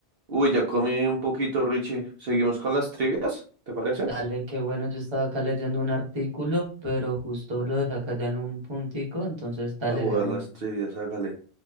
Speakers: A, on the right; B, on the right.
A: Uy, ya comí un poquito, Richie. ¿Seguimos con las trivias? ¿Te parece?
B: Dale, qué bueno, yo estaba acá leyendo un artículo, pero justo lo dejé acá ya en un puntico, entonces dale
A: A jugar
B: de una.
A: las trivias, hágale.